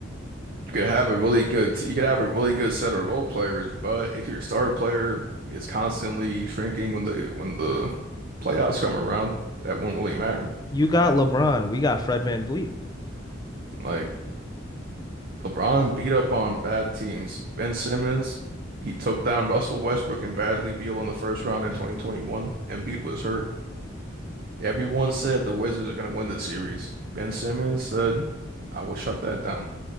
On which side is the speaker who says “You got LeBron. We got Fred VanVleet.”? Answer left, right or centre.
Left